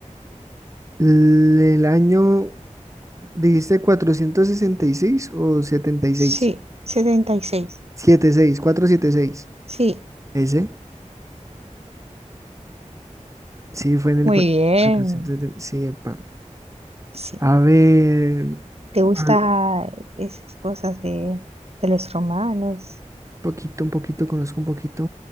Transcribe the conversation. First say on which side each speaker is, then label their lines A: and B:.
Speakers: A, on the right; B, on the right.
A: L- ¿El año dijiste 466 o setenta setenta y
B: Sí,
A: seis?
B: setenta y seis
A: setenta y seis seis setenta y seis
B: Sí,
A: ¿Ese? Sí, fue en
B: muy
A: el cua-
B: bien.
A: 476. Sí, epa.
B: Sí.
A: A ver,
B: ¿Te gusta
A: hab-
B: esas cosas de, de los romanos?
A: un poquito, un poquito, conozco un poquito.